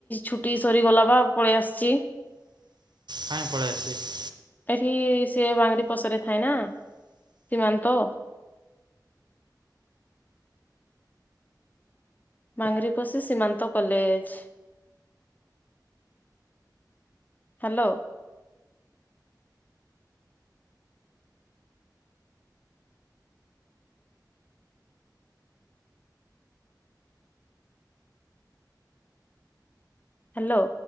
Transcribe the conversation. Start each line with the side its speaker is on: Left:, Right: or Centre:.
Left: ଛୁଟି ସରିଗଲା ବା ପଳେଇ ଆସିଚି।
Right: କାଇଁ ପଳେଇ ଆସିଚି?
Left: ଏଠି ସେ ବାଙ୍ଗିରି ପଶିରେ ଥାଏ ନା ସୀମାନ୍ତ। ବାଙ୍ଗରିପଷି ସୀମାନ୍ତ କଲେଜ। ହାଲୋ। ହାଲୋ।